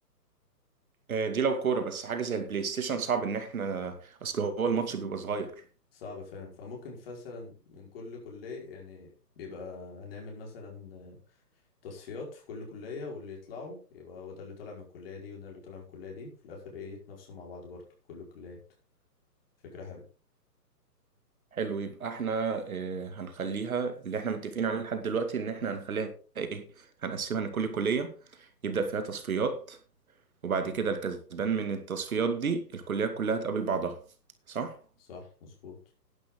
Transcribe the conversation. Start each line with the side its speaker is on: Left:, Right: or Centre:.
Right: آه، دي لو كورة بس حاجة زي البلاي ستيشن صعب ان احنا اصل هو الماتش بيبقى صغير
Left: صعب فعلا فممكن مثلا من كل كلية يعني بيبقى هنعمل مثلا تصفيات في كل كلية واللي يطلعوا يبقى هو ده اللي طالع من الكلية دي وده اللي طالع من الكلية دي في الآخر ايه يتنافسوا مع بعض برضه كل الكليات فكرة حلوة
Right: حلو يبقى احنا آه، هنخليها اللي احنا متفقين عليه لحد دلوقتي ان احنا هنخليها ايه هنقسمها ان كل كلية يبدأ فيها تصفيات وبعد كده الكسبان من التصفيات دي الكليات كلها تقابل بعضها صح؟
Left: صح مظبوط